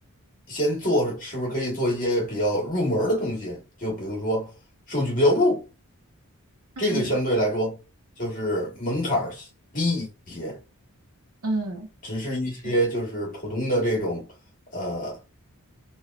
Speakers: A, on the left (about 35°); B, on the right (about 75°).
A: 先做，是不是可以做一些比较入门儿的东西？就比如说数据标注，
B: 嗯
A: 这个相对来说就是门槛儿低一些。
B: 嗯，
A: 只是一些就是普通的这种
B: 是，
A: 呃